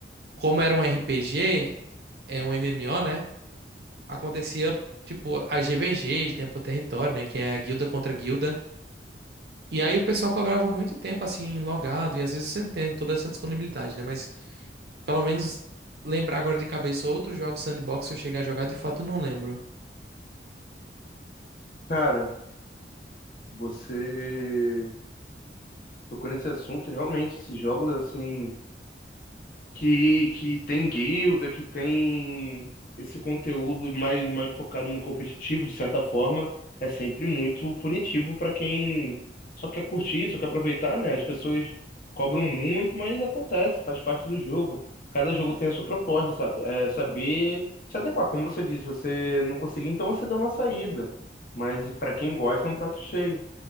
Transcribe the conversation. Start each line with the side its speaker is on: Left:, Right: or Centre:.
Right: como era um RPG, é um MMO, né? Acontecia tipo as GVGs, né, por território, né, que é a guilda contra guilda. E aí o pessoal cobrava muito tempo assim logado e às vezes você não tem toda essa disponibilidade, né? Mas pelo menos lembrar agora de cabeça outros jogos sandbox que eu cheguei a jogar, de fato eu não lembro.
Left: cara, você tocou nesse assunto, realmente, esses jogos assim que, que tem guilda, que tem esse conteúdo mais, mais focado no competitivo, de certa forma, é sempre muito punitivo para quem só quer curtir, só quer aproveitar, né? As pessoas cobram muito, mas acontece, faz parte do jogo. Cada jogo tem a sua proposta, sabe? É saber se adequar. Como você disse, você não conseguiu, então você dá uma saída. Mas para quem gosta, é um prato cheio.